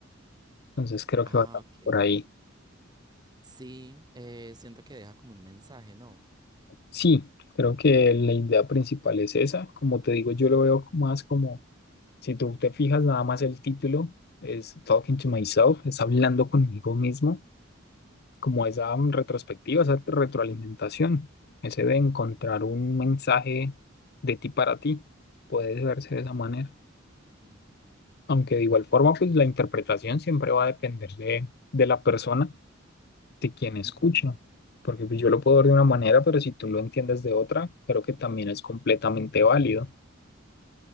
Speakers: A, on the left; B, on the right.
A: Entonces creo
B: Ah,
A: que va
B: ok.
A: por ahí.
B: Sí, eh, siento que deja como un mensaje, ¿no?
A: Sí, creo que la idea principal es esa. Como te digo, yo lo veo más como, si tú te fijas, nada más el título es Talking to Myself, es hablando conmigo mismo como esa mm, retrospectiva, esa retroalimentación, ese de encontrar un mensaje de ti para ti, puede verse de esa manera.
B: <clears throat>
A: Aunque de igual forma, pues la interpretación siempre va a depender de, de la persona, de quien escucha.
B: Ujú.
A: Porque pues, yo lo puedo ver de una manera, pero si tú lo entiendes de otra, creo que también es completamente válido.